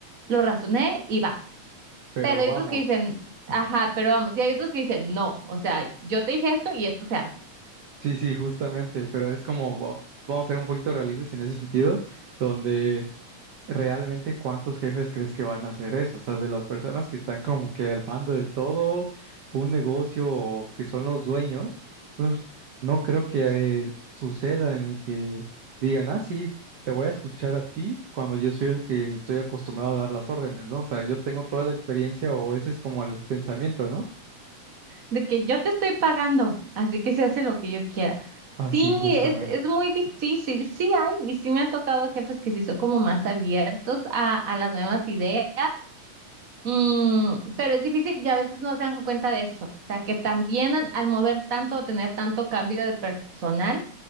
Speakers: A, on the right (about 40°); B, on the right (about 60°).
A: lo razoné y va.
B: Pero
A: Pero hay
B: vamos,
A: otros que dicen, ajá, pero vamos, y hay otros que dicen, no, o sea, yo te dije esto y esto se hace.
B: sí, sí, justamente, pero es como, va- vamos a ser un poquito realistas en ese sentido, donde realmente cuántos jefes crees que van a hacer eso? O sea, de las personas que están como que al mando de todo un negocio o que son los dueños, pues no creo que eh, suceda en el que digan, ah, sí, te voy a escuchar a ti cuando yo soy el que estoy acostumbrado a dar las órdenes, ¿no? O sea, yo tengo toda la experiencia o ese es como el pensamiento, ¿no?
A: De que yo te estoy pagando, así que se hace lo que yo quiera.
B: Así,
A: Sí,
B: justamente.
A: es, es muy difícil, sí hay, y sí me han tocado jefes que sí son como más abiertos a, a las nuevas ideas, Mm, pero es difícil y a veces no se dan cuenta de eso. O sea, que también al, al mover tanto o tener tanto cambio de personal,